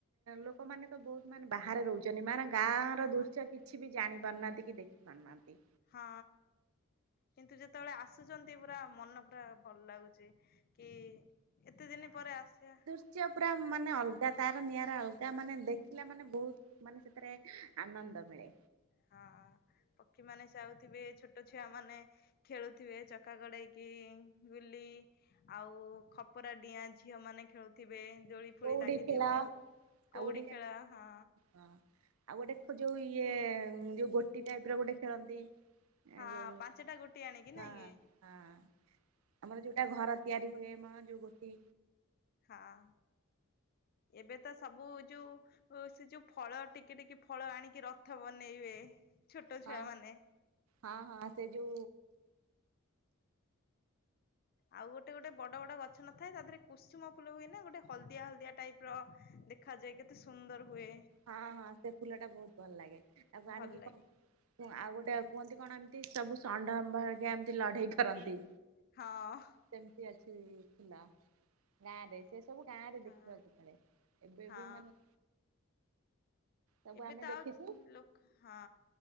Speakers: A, on the right; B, on the left.
A: ଲୋକ ମାନେ ତ ବହୁତ୍ ମାନେ ବାହାରେ ରହୁଚ୍ <unintelligible> ଗାଁର
B: ହଁ
A: ଦୃଶ୍ୟ କିଛି ବି ଜାଣି ପାରୁନାହାଁନ୍ତି କି ଦେଖି ପାରୁନାହାଁନ୍ତି।
B: ହଁ କିନ୍ତୁ ଯେତେବେଳେ ଆସୁଚନ୍ତି ପୁରା ମନ ପୁରା ଭଲ୍ ଲାଗୁଚି। କି ଏତେ ଦିନି ପରେ ଆସିବା
A: ସିଏ ପୁରା ମାନେ ଅଲଗା ତାର ନିଆରା ଅଲଗା ମାନେ ଦେଖିଲା ମାନେ ବହୁତ୍ ମାନେ ସେଥେରେ ଆନନ୍ଦ ମିଳେ।
B: ହଁ ପକ୍ଷୀମାନେ ଯାଉଥିବେ ଛୋଟ ଛୁଆ ମାନେ ଖେଳୁଥିବେ ଚକା ଗଡେଇକି ଗୁଲି ଆଉ ଖପରା ଡିଆଁ ଝିଅ ମାନେ ଖେଳୁଥିବେ ଦୋଳି ଫୋଳି
A: କଉଡି
B: ଲାଗିଥିବ
A: ଖେଳ
B: କଉଡି
A: ଆଉ ଗୋଟେ
B: ଖେଳ ହଁ।
A: ହଁ ଆଉ ଗୋଟେ ଯଉ ଇଏ ଯଉ ଗୋଟି ଟାଇପ୍ ର ଗୋଟେ ଖେଳନ୍ତି।
B: ହଁ
A: ଏ ଯଉ
B: ପାଞ୍ଚଟା ଗୋଟି ଆଣିକି
A: ହଁ-
B: ନାଇଁ କି
A: ହଁ ଆମର ଯଉଟା
B: ହଁ
A: ଘର ତିଆରି ହୁଏ ମାମା ଯଉ ଗୋଟି
B: ହଁ ଏବେ ତ ସବୁ ଯଉ ଓ ସେ ଯଉ ଫଳ ଟିକେ ଟିକେ ଫଳ ଆଣିକି ରଥ ବନେଇବେ ଛୋଟ
A: ହଁ
B: ଛୁଆ ମାନେ।
A: ହଁ- ହଁ ସେ ଯଉ
B: ଆଉ ଗୋଟେ ଗୋଟେ ବଡ ବଡ ଗଛ ନଥାଏ ତା ଦେହରେ କୁସୁମ ଫୁଲ ହୁଏ ନି ଗୋଟେ ହଳଦିଆ ହଳଦିଆ ଟାଇପ୍ ର ଦେଖାଯାଏ କେତେ ସୁନ୍ଦର୍ ହୁଏ।
A: ହଁ- ହଁ ସେ ଫୁଲ ଟା ବହୁତ୍ ଭଲ ଲାଗେ ତାକୁ ଆଣିକି
B: ଭଲ ଲାଗେ
A: କଣ ଆଉ ଗୋଟେ କୁହନ୍ତି କଣ ଏମିତି ସବୁ <unintelligible> ଏମିତି ଲଢେଇ କରନ୍ତି।
B: ହଁ।
A: କେମିତି ଆସିବି ଥିଲା। ଗାଁ ରେ ସେ ସବୁ ଗାଁ ରେ
B: ହଁ
A: ଦେଖିବାକୁ ମିଳେ ଏବେ
B: ହଁ
A: ବି ମାନେ ସବୁ
B: ଏବେ
A: ଆମେ
B: ତ
A: ଦେଖିଚୁ
B: ଆଉ ଲୋକ ହଁ